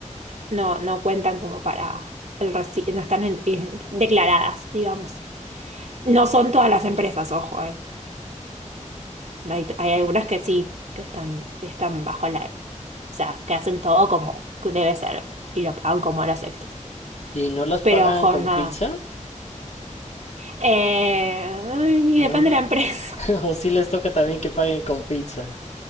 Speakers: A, on the right; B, on the left.
A: no, no cuentan como para el reci- no están en- en- declaradas, digamos. No son todas las empresas, ojo, eh. No hay, hay algunas que sí, que están, que están bajo la, o sea, que hacen todo como debe ser y lo pagan como horas extras.
B: ¿y no las pagan
A: Pero jornada.
B: con pizza?
A: Eh, y
B: ¿No...
A: depende
B: l-
A: de la
B: <laughs>
A: empresa. <laughs>
B: ¿O sí les toca también que paguen con pizza?